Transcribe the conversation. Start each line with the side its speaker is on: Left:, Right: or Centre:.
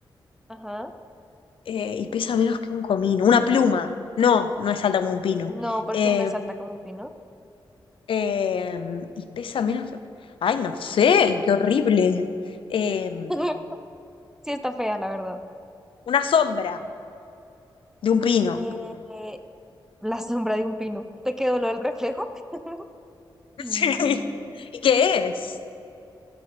Centre: Ajá.
Left: Eh, y pesa menos que un comino. Una pluma. No, no es alta como un pino.
Centre: No, porque
Left: Eh,
Centre: no es alta como un pino.
Left: eh, y pesa menos que... Ay, no sé, qué horrible. Eh,
Centre: <laughs> Sí está fea, la verdad.
Left: una sombra de un pino.
Centre: Eh,
Left: <laughs>
Centre: la sombra de un pino. ¿Te quedó lo del reflejo? <laughs> Mm,
Left: Sí. ¿Y qué es?